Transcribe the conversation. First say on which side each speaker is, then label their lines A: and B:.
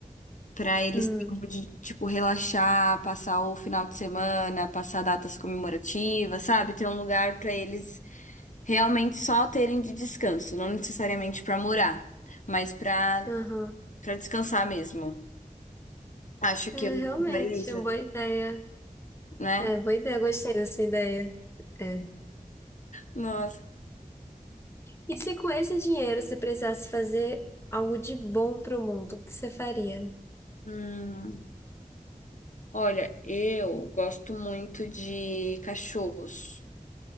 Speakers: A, on the left (about 60°); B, on the left (about 20°).
A: para eles
B: Hum.
A: terem onde, tipo, relaxar, passar o final de semana, passar datas comemorativas, sabe? Ter um lugar para eles realmente só terem de descanso, não necessariamente para morar, mas para
B: Aham.
A: para descansar mesmo. Acho
B: É
A: que eu
B: realmente,
A: faria isso,
B: uma boa ideia.
A: né?
B: É, boa ideia. Gostei dessa ideia. É.
A: Nossa.
B: E se com esse dinheiro você precisasse fazer algo de bom pro mundo, o que você faria?
A: Hum, olha, eu gosto muito de cachorros.